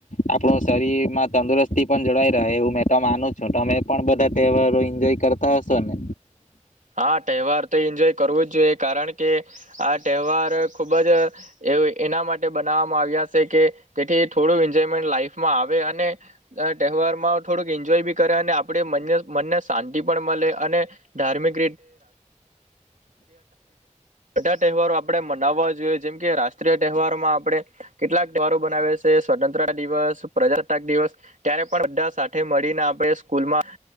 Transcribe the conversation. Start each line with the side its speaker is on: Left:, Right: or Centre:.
Left: આપણું શરીરમાં તંદુરસ્તી પણ જળઈ રહે મેતો માનું છું તમે પણ બધા તહેવારો એન્જોય કરતા હશો ને
Right: હા તહેવાર તો એન્જોય કરવું જ જોઈએ કારણ કે આ તહેવાર ખૂબ જ એ એના માટે બનાવવામાં આવ્યા છે કે જેથી થોડું એન્જોયમેન્ટ લાાઈફમાં આવે અને તહેવારમાં થોડુંક એન્જોય ભી કરાય અને આપણે મંને મનને શાંતિ પણ મળે અને ધાર્મિક <unintelligible> <inaudible> <inaudible> તહેવારો આપણે મનાવવા જોઈએ જેમ કે રાષ્ટ્ર <inaudible> તહેવારમાં આપણે કેટલાક તહેવારો બનાવેસે સ્વતંત્રતા દિવસ પ્રજતાક દિવસ ત્યારે પણ બધા સાથે મળીને આપણે સ્કૂલમાં